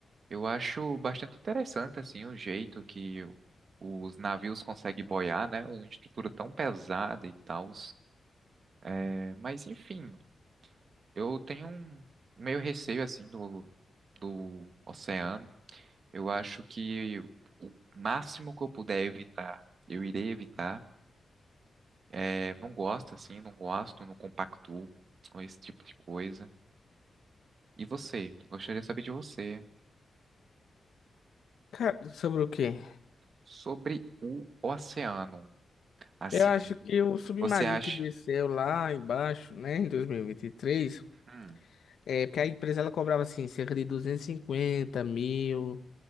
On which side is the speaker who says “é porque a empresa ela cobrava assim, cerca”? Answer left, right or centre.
Left